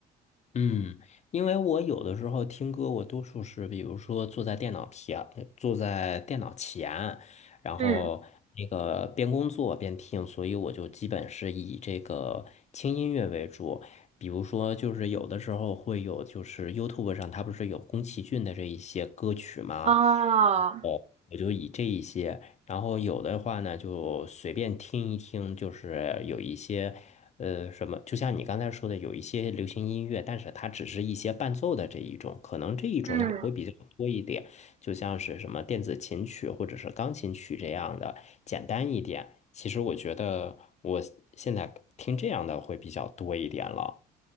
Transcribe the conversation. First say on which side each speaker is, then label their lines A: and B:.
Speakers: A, on the left; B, on the right.
A: 嗯，因为我有的时候听歌，我多数是比如说坐在电脑前，坐在电脑前，然后那个边工作边听，
B: 嗯，
A: 所以我就基本是以这个轻音乐为主。比如说，就是有的时候会有，就是 YouTube 上它不是有宫崎骏的这一些歌曲吗？
B: 啊，
A: 哦，我就以这一些。然后有的话呢，就随便听一听，就是有一些，呃，什么，就像你刚才说的，有一些流行音乐，但是它只是一些伴奏的这一种，可能这一种也会比较多一点，
B: 嗯。
A: 就像是什么电子琴曲或者是钢琴曲这样的，简单一点。其实我觉得我现在听这样的会比较多一点了。